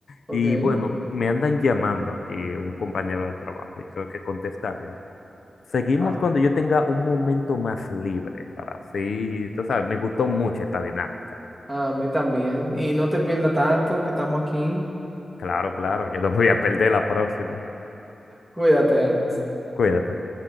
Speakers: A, in the centre; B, on the left (about 75°).
A: Ok.
B: Y bueno, me andan llamando aquí un compañero de trabajo y tengo que contestarle. Seguimos
A: Ah,
B: cuando yo tenga un momento más libre para así, tú sabes, me gustó mucho esta dinámica.
A: a mí también. Y no te pierdas tanto que estamos aquí.
B: Claro, claro, yo no me voy a perder la próxima.
A: Cuídate, Alex.
B: Cuídate.